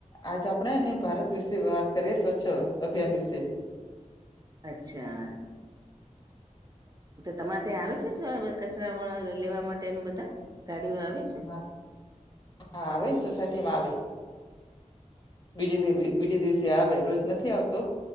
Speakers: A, on the left; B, on the right.
A: આજ આપણેે ને ભારત વિશે વાત કરીએ સ્વચ્છ અભિયાન વિશે
B: અચ્છા તમારે ત્યાં આવી છે કચરા વાળા લેવા માટે બધા ગાડીઓ આવી છે?
A: હા હા આવે ને સોસાયટીમાં આવે બીજ બીજે દિવસે આવે રોજ નથી આવતો